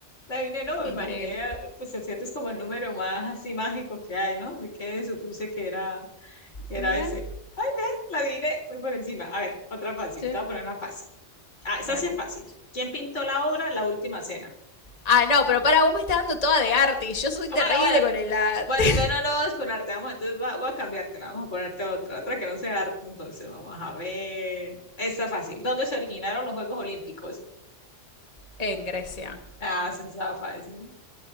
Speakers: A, on the left (about 80°); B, on the left (about 35°).
A: La vine, no, me
B: Increíble.
A: imaginé, pues el 7 es como el número más así mágico que hay, ¿no? Así que supuse que era, que
B: Mira,
A: era ese. Ay, ve, la vine muy por encima. A ver, otra fácil,
B: sí,
A: te voy a poner una fácil. Ah, esa
B: dale.
A: sí es fácil. ¿Quién pintó la obra La Última Cena?
B: Ah, no, pero para vos me estás dando toda de arte y yo soy
A: Ah,
B: terrible
A: Bueno, bueno,
B: con el arte.
A: bueno, entonces no, no, es con arte vamos, entonces va- voy a cambiártela, vamos a ponerte otra, otra que no sea arte, entonces vamos a ver. Esta fácil. ¿Dónde se originaron los Juegos Olímpicos?
B: <laughs> en Grecia.
A: Ah, esa está fácil.